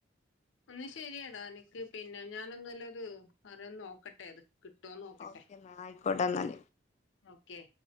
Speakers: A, on the left (about 80°); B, on the left (about 35°).
A: ഒന്ന് ശെരിയടാ എനിക്ക് പിന്നെ ഞാനൊന്നല്ലത് അറിയന്ന് നോക്കട്ടെ അത് കിട്ടോന്ന് നോക്കട്ടെ
B: ഓക്കെ എന്നാ ആയിക്കോട്ടെ എന്നാല്
A: ഓക്കെ